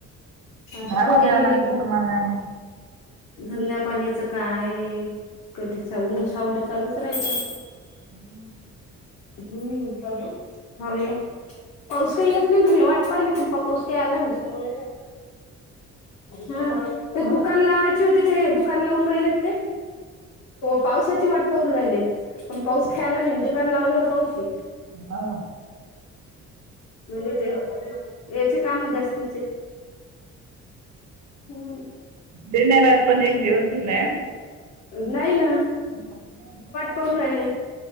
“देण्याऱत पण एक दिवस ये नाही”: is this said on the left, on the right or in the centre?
Right